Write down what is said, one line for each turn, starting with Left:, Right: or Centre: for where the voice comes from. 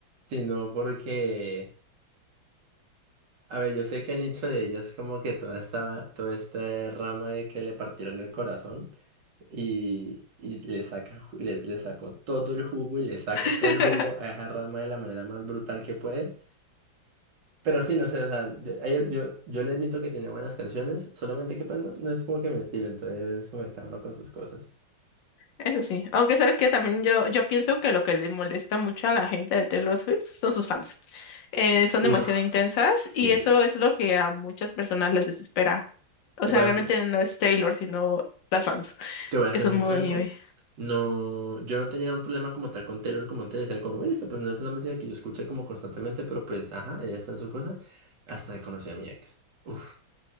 Right: sino porque, a ver, yo sé que el nicho de ella es como que toda esta, toda esta rama de que le partieron el corazón y, y le saca, ju- le, le sacó todo el jugo y le saca
Left: <laughs>
Right: todo el jugo a esa rama de la manera más brutal que puede. Pero sí, no sé, o sea, yo, a él- yo, yo le admito que tiene buenas canciones, solamente que pues no, no es como que mi estilo, entonces me cada uno con sus cosas.
Left: eso sí. Aunque sabes que también yo, yo pienso que lo que le molesta mucho a la gente de Taylor Swift son sus fans. Eh, son
Right: Uf,
Left: demasiado intensas
Right: sí,
Left: y eso es lo que a muchas personas les desespera. O
Right: te
Left: sea,
Right: voy a
Left: realmente
Right: ser,
Left: no es Taylor, sino las fans,
Right: te voy a
Left: que
Right: ser
Left: son
Right: muy
Left: muy...
Right: franco, no, yo no tenía un problema como tal con Taylor, como antes decía, como, bueno, esto pues no es una música que yo escuché como constantemente, pero pues, ajá, ella está en su cosa, hasta que conocí a mi ex. Uf,